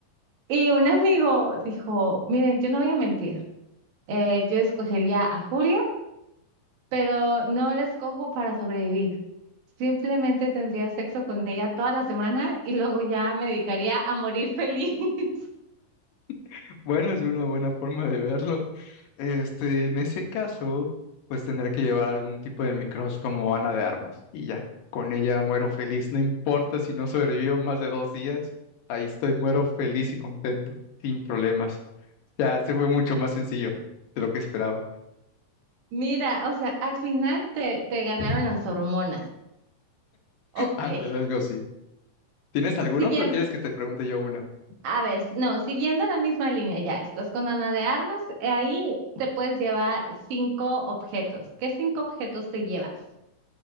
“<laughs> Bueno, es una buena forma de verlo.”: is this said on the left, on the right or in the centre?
Left